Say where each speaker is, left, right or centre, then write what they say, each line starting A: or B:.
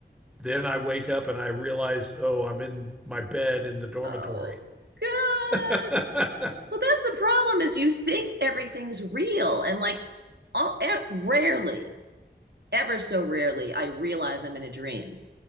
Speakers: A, in the centre; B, on the right.
A: then I wake up and I realize, oh, I'm in my bed in the dormitory.
B: oh god.
A: <laughs>
B: Well, that's the problem is you think everything's real and like all, e- rarely, ever so rarely I realize I'm in a dream.